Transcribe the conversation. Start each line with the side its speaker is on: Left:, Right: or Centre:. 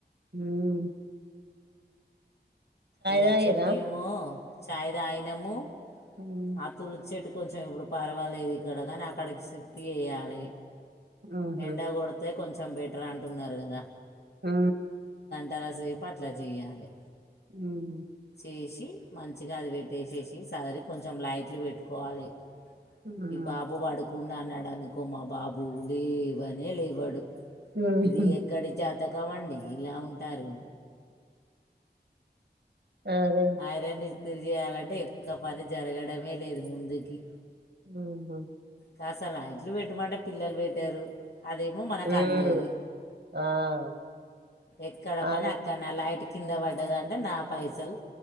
Right: హూమ్
Left: ఇగ
Right: తాగిర్రా
Left: చెట్టేమో చాయ్ తాగినము
Right: ఉమ్,
Left: ఆ తుల్చెట్టుకు కొంచెం ఇప్పుడు పర్వాలేదు ఇక్కడ కానీ అక్కడ్కి షిఫ్ట్ చేయ్యలి
Right: ఉహు
Left: ఎండగొడితే కొంచెం బెటర్ అంటున్నారు కదా
Right: ఆ
Left: తనసేపట్లా చెయ్యాలి
Right: మ్ హు
Left: చేసి మంచిగా అది పెట్టేసేసి సర్ది కొంచెం లైట్లు పెట్టుకోవాలి
Right: ఉమ్ ఉమ్
Left: ఈ బాబు పడుకుండనుకో మా బాబ్ బు లేవనే లేవాడు
Right: ఉహు
Left: ఇది ఎక్కడి జాతకమండి ఇలా ఉంటారు
Right: అదే
Left: ఆరే ని తిరిచెయాలంటే ఎక్కువ పని జరగడమే లేదు ముందుకి
Right: మ్ హు
Left: కాస్త లైట్లు పెట్టమంటే పిల్లలు పెట్టారు అదేమో మనకందది
Right: ఉమ్ ఆ
Left: ఎక్కడ
Right: అదే
Left: పని అక్కన్నే లైట్ కింద పడ్డదంటే నా పైసల్